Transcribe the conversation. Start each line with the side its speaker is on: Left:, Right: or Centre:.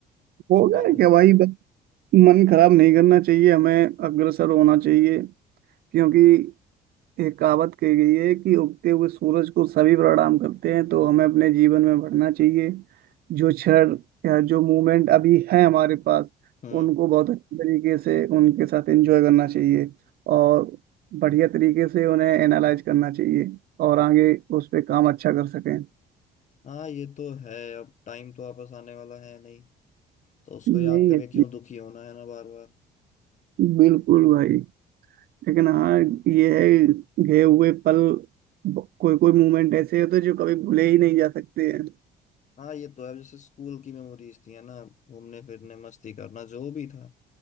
Right: होगा
Left: कॉलेज
Right: क्या भाई बस मन खराब नहीं करना चाहिए हमें अग्रसर होना चाहिए क्योंकि एक कहावत कही गई है कि उगते हुए सूरज को सभी प्रणाम करते हैं तो हमें अपने जीवन में बढ़ना चाहिए जो क्षण या जो मूवमेंट अभी है हमारे पास
Left: हम्म
Right: उनको बहुत अच्छे तरीके से उनके साथ एंजॉय करना चाहिए और बढ़िया तरीके से उन्हें एनालाइज करना चाहिए और आगे उस पे काम अच्छा कर सकें
Left: हाँ ये तो है अब टाइम तो वापस आने वाला है नहीं तो उसको
Right: नहीं
Left: याद करके क्यों दुखी होना है ना बार बार
Right: बिल्कुल भाई लेकिन हाँ ये है गए हुए पल कोई कोई मोमेंट ऐसे होते हैं जो कभी भूले ही नहीं जा सकते हैं
Left: हाँ ये तो है अब जैसे स्कूल की मेमोरीज थी है ना घूमने फिरने मस्ती करना जो भी था